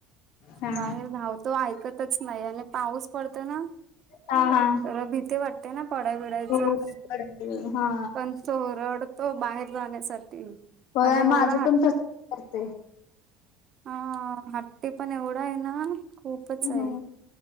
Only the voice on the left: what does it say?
हा
हा हा
हो हा
होय
माझं
पण तसंच करतंय
हो